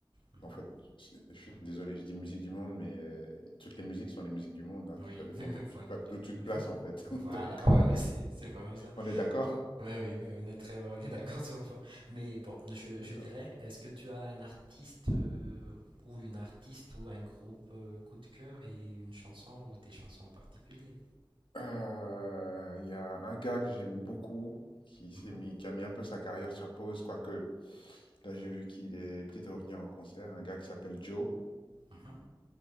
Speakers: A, on the right (about 85°); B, on the left (about 75°).
A: Mhm.
B: En fait, c'est- je suis désolé, je dis musique du monde, mais euh, toutes les musiques sont les musiques du monde, hein,
A: Oui,
B: Ça dépend
A: <laughs>
B: de où tu
A: voilà.
B: te, pla- d'où tu te places, en fait.
A: <laughs>
B: <laughs>
A: Voilà,
B: Donc,
A: ouais, ouais, c'est c'est vraiment ça.
B: on est d'accord?
A: Oui, oui, oui, on est très, on est d'accord sur le point. Mais bon, je,
B: D'accord.
A: je dirais, est-ce que tu as un artiste euh, ou une artiste ou un groupe euh, coup de cœur et une chanson ou des chansons en particulier?
B: Heu, il y a un gars que j'aimais beaucoup, qui s'est
A: Mhm,
B: mis qui a mis un peu sa carrière sur pause, quoique, là, j'ai vu qu'il est peut-être revenir en concert, un gars qui s'appelle Joe,
A: mhm,